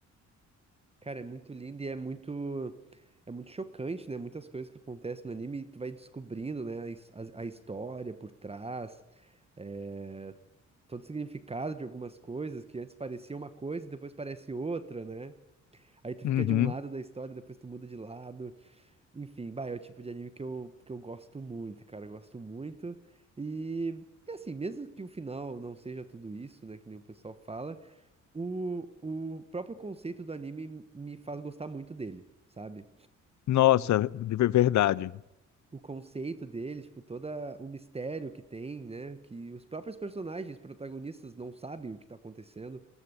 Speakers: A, on the right; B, on the left.
A: Cara, é muito lindo e é muito, é muito chocante, né? Muitas coisas que acontecem no anime, e tu vai descobrindo, né, a, his- a- a história por trás, eh, todo o significado de algumas coisas que antes parecia uma coisa e depois parece outra, né? Aí tu
B: Uhum.
A: fica de um lado da história, depois tu muda de lado. Enfim, bah, é o tipo de anime que eu, que eu gosto muito, cara, eu gosto muito. E, e assim, mesmo que o final não seja tudo isso, né, que nem o pessoal fala. O, o próprio conceito do anime me faz gostar muito dele, sabe?
B: Nossa, de ver- verdade.
A: O conceito dele, tipo, todo o mistério que tem, né? Que os próprios personagens, protagonistas, não sabem o que tá acontecendo,